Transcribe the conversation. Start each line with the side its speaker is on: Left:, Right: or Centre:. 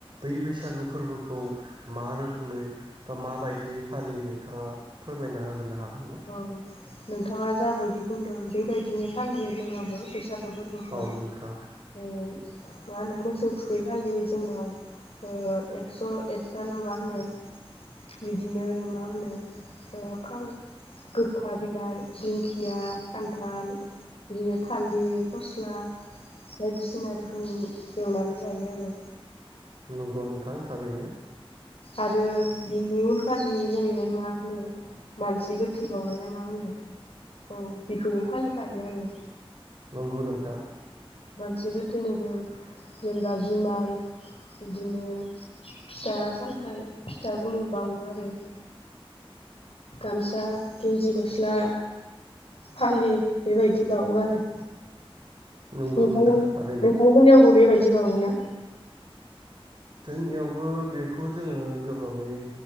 Right: बै बैसागो फोरबोखौ मा रोखोमै बा माबायदि फालियो नोंथाङा फोरमायना होगोन ना हा गोनना
Left: औ नोंथाङा जाबायदि बुंदों बेबायदिनो फालियो जोंनावबो बैस बैसागु फोरबोखौ
Right: औ
Left: ओ
Right: नोंथां
Left: मा होनो मोसौ थुखैखालि जोंनाव ओ एक्स एकता ना मा होनो बिदिनो मा होनो ओ फां गोखा बिलाइ दिंखिया खान्थाल बिदिनो थालिर फस्ला बायदिसिना रोखोमनि एवनानै जायो आरो
Right: नोंगौ नोंथां। थारैनो
Left: आरो बिनि उनखालि जाहैबाय मा होनो मानसि गोथै बावउनाय ना मा होनो औ बेखौबो फालिखायो आरो
Right: नंगौ नों
Left: मनसि गो थैनोबो जेनेबा जुमाइ बिदिनो फिथा सामथाइ फिथा उनु बावो आरो गामसा गेन्जि गस्ला फालि बेबायदि बावो आरो
Right: नंगौ
Left: नोंथां‌मोन
Right: नोंथां थारैनो
Left: नोंथांमोननियावबो बेबाय दि बावोना?
Right: जोंनियावबो बेखौ जोंङो गोबाङै